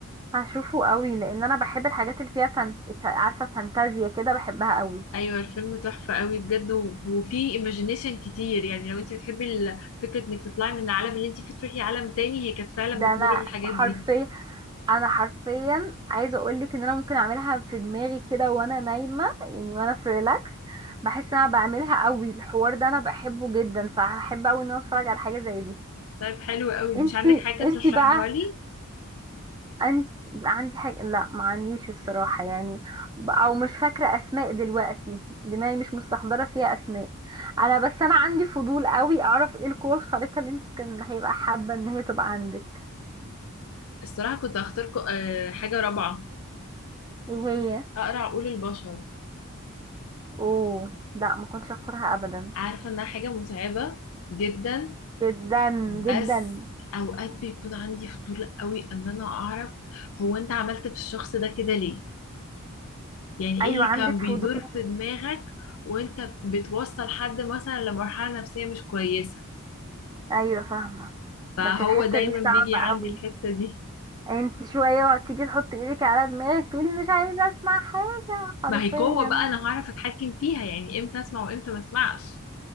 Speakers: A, on the right; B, on the left.
A: هشوفه قوي لأن أنا بحب الحاجات اللي فيها فانت... عارفة فانتازيا كده بحبها قوي
B: ايوه الفيلم تحفه قوي بجد و- وفي ايماجينيشن كتير يعني لو انت بتحبي ال- فكره انك تطلعي من العالم اللي انت فيه تروحي عالم تاني هي كانت فعلا
A: ده
B: بتمر
A: أنا
B: بالحاجات
A: حرفيا
B: دي
A: انا حرفيا عايزه اقول لك ان انا ممكن اعملها في دماغي كده وانا نايمه يعني وانا في ريلاكس بحس ان انا بعملها قوي الحوار ده انا بحبه جدا فهحب قوي ان انا اتفرج على حاجه زي دي
B: طيب حلو قوي
A: انتي
B: مش عندك حاجه ترشحيها
A: انتي بقى
B: لي
A: انت عندي حاجه لا ما عنديش الصراحه يعني ب- او مش فاكره اسماء دلوقتي دماغي مش مستحضره فيها اسماء انا بس انا عندي فضول قوي اعرف ايه القوه الخارقه اللي انت كان هيبقى حابه ان هي تبقى عندك
B: الصراحه كنت هختار ك- آه، حاجه رابعه
A: ايه هي
B: اقرا عقول البشر
A: اوه لا ما كنتش اختارها ابدا
B: عارفة انها حاجة متعبة جدا
A: جدا
B: بس
A: جدا
B: اوقات بيكون عندي فضول قوي ان انا اعرف هو انت عملت في الشخص ده كده ليه يعني
A: ايوه
B: ايه اللي
A: عندك
B: كان بيدور
A: فضول
B: في دماغك وانت بتوصل حد مثلا لمرحلة نفسية مش كويسة
A: ايوه فاهمه
B: فهو
A: بس الحته
B: دايما
A: دي
B: بيجي
A: صعبه
B: عندي
A: قوي
B: الحتة دي
A: انت شويه وهتيجي تحطي ايدك على دماغك تقولي مش عايزه اسمع حاجه حرفيا
B: ما هي قوة بقى انا هعرف اتحكم فيها يعني امتى اسمع وامتى ما اسمعش